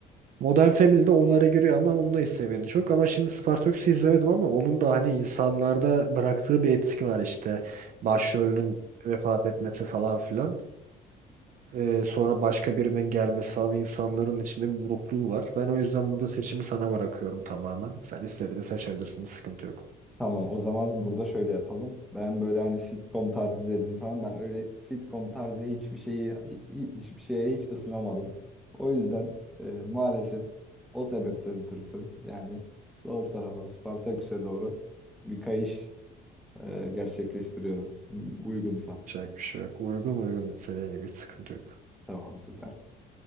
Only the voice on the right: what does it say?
Modern Family de onlara giriyor ama onun da seviyeni çok. Ama şimdi Spartacus'u izlemedim ama onun da hani insanlarda bıraktığı bir etki var işte. Başrolünün vefat etmesi falan filan. Ee, sonra başka birinin gelmesi falan insanların içinde bir burukluğu var. Ben o yüzden burada seçimi sana bırakıyorum tamamen. Sen istediğini seçebilirsin. Hiç sıkıntı yok.
Yapacak bir şey yok. Uygun uygun istediğin gibi hiç sıkıntı yok.